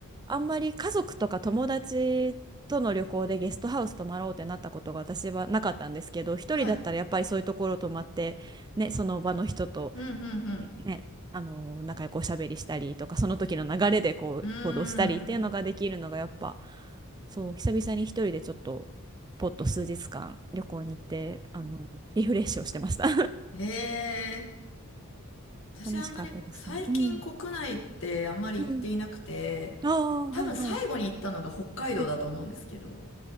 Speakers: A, on the right; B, on the left.
A: あんまり家族とか友達との旅行でゲストハウス泊まろうってなったことが私はなかったんですけど、一人だったらやっぱりそういうところ泊まって、
B: はい。
A: ね、その場の人と。
B: うん、うん、
A: ね、あの仲良くおしゃべりしたりとかその時の流れでこう行動したりっていうのができるのがやっぱ
B: うん。うーん。
A: そう久々に一人でちょっとポッと数日間旅行に行ってあのリフレッシュをしてました
B: ええ
A: <laughs>
B: 私はあんまり、
A: 楽しかったですね。
B: 最近国内ってあんまり行っていなくて、
A: うんうんああーはいはい
B: 多分最後に行ったのが北海道だと思うんですけど、
A: あ